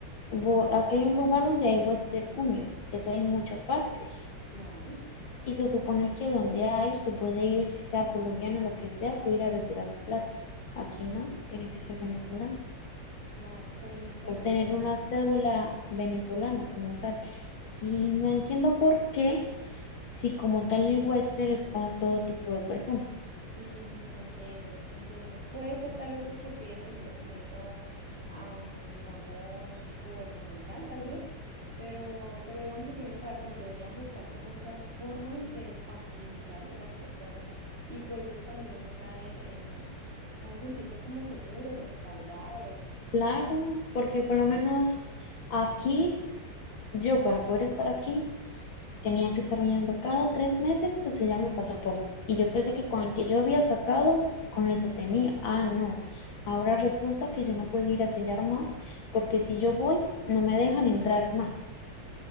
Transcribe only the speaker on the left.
bo- aquí hay un lugar donde hay Western Union, que eso hay en muchas partes.
Y se supone que donde hay, usted puede ir, si sea colombiano, lo que sea, o ir a retirar su plata. Aquí no, tiene que ser venezolano.
O
tener una cédula venezolana como tal. Y no entiendo por qué, si como tal el Western es para todo tipo de personas
Claro, porque
por lo menos aquí, yo para poder estar aquí, Tenía que estar bañando cada tres meses que sellar mi pasaporte. Y yo pensé que con el que yo había sacado, con eso tenía. Ah, no. Ahora resulta que yo no puedo ir a sellar más porque si yo voy, no me dejan entrar más.